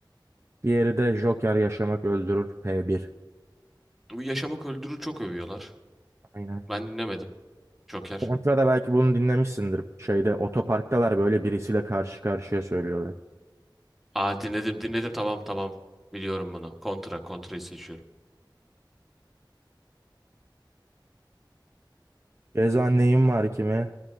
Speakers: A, on the right; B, in the centre.
A: Diğeri de Joker Yaşamak Öldürür P1.
B: Bu Yaşamak Öldürür çok övüyorlar.
A: Aynen.
B: Ben dinlemedim. Joker.
A: Contra'da belki bunu dinlemişsindir. Şeyde otoparktalar böyle birisiyle karşı karşıya söylüyorlar.
B: Aa dinledim dinledim tamam tamam. Biliyorum bunu. Kontra. Kontra'yı seçiyorum.
A: Reza neyim var kime?